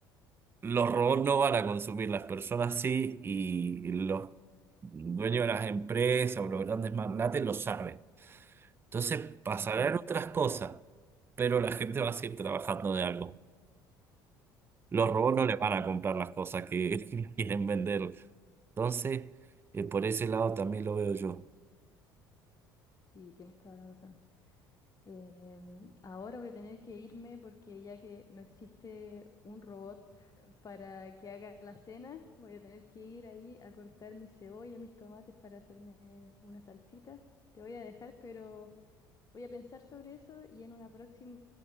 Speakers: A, on the right; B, on the left.
A: Los robots no van a consumir, las personas sí, y los dueños de las empresas o los grandes magnates lo saben. Entonces pasarán
B: Ujú.
A: otras cosas, pero la gente va a seguir trabajando de algo. Los robots
B: Sí.
A: no le van a comprar las cosas que <laughs> quieren vender. Entonces, eh, por ese lado también lo veo yo.
B: Sí, tienes toda la razón. Em, ahora voy a tener que irme porque ya que no existe un robot para que haga la cena, voy a tener que ir ahí a cortar mis cebollas, mis tomates para hacerme una salsita. Te voy a dejar, pero voy a pensar sobre eso y en una próxima